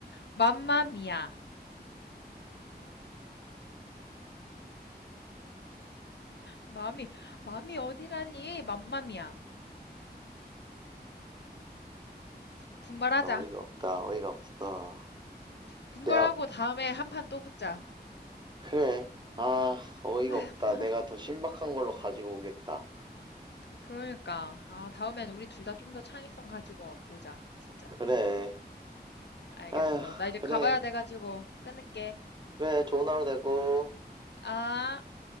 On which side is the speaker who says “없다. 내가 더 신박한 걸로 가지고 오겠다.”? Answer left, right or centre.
Right